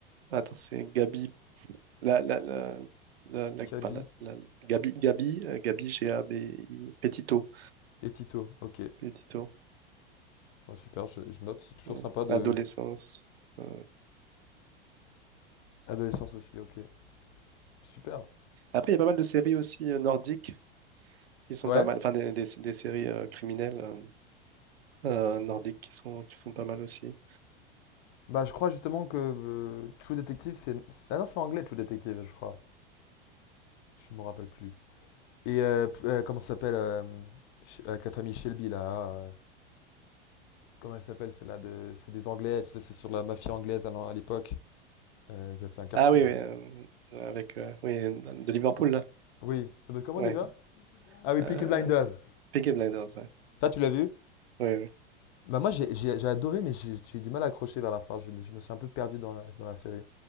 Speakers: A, on the right (about 85°); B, on the left (about 45°).
A: Attends, c'est Gabi. La, la, la, la, la-
B: Kaby
A: enfin, la- la- Gabi, Gabi, euh, Gabi, G-A-B-I, Petito.
B: et Tito. Ok.
A: Petito.
B: Ouais, super, je, je note, c'est toujours
A: euh,
B: sympa de...
A: Adolescence. euh.
B: Adolescence aussi, ok. Super.
A: Après, il y a pas mal de séries aussi euh, nordiques qui sont
B: Ouais.
A: pas mal. Enfin, des, des, des séries euh, criminelles euh, euh, nordiques qui sont, qui sont pas mal aussi.
B: Bah, je crois justement que euh, True Detective, c'est... c'est- Ah non, c'est anglais, True Detective, je crois. Je me rappelle plus. Et euh, p- euh, comment ça s'appelle euh, Sh- avec la famille Shelby, là. euh, comment elle s'appelle, celle-là de... C'est des Anglais, tu sais, c'est sur la mafia anglaise à l'en- à l'époque, euh, qui a fait un carton.
A: Ah oui, oui, euh, avec euh, oui, de Liverpool, là.
B: Oui, ça doit comment
A: Ouais.
B: déjà? Ah oui,
A: Euh,
B: Peaky Blinders.
A: Peaky Blinders. ouais.
B: Ça, tu l'as vu?
A: Ouais, ouais,
B: Bah moi, j'ai j'ai- j'ai adoré, mais j'ai j'ai eu du mal à accrocher vers la fin. Je me, je me suis un peu perdu dans la, dans la série.